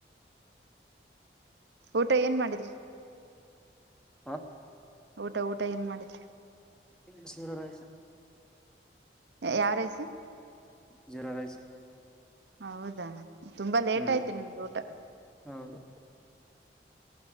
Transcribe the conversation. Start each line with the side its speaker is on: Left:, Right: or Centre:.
Right: ಊಟ ಏನ್ ಮಾಡಿದ್ರಿ
Centre: ಹಾಂ
Right: ಊಟ ಊಟ ಏನ್ ಮಾಡಿದ್ರಿ
Centre: ಇ ಶವರಾಯ
Right: ಯಾವ ರೈಸ
Centre: ಜೀರಾ ರೈಸ್
Right: ಹೌದಾ ತುಂಬಾ ಲೇಟ್
Centre: ಹ್ಮ್
Right: ಆಯ್ತ ನಿಮ್ದ ಊಟ
Centre: ಹೌದು